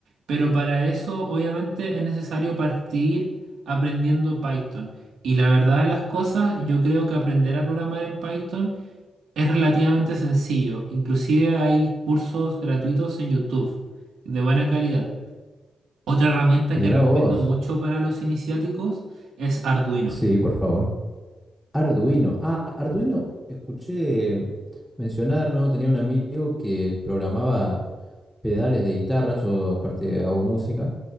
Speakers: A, on the right (about 80°); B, in the centre.
A: Pero para eso, obviamente, es necesario partir aprendiendo Python. Y la verdad de las cosas, yo creo que aprender a programar en Python es relativamente sencillo. Inclusive hay cursos gratuitos en YouTube de buena calidad. Otra herramienta
B: Mirá
A: que recomiendo
B: vos.
A: mucho para los iniciáticos es Arduino.
B: Sí, por favor. Arduino. Ah, Arduino, escuché mencionar, ¿no? Tenía un amigo que programaba pedales de guitarra, yo aparte hago música,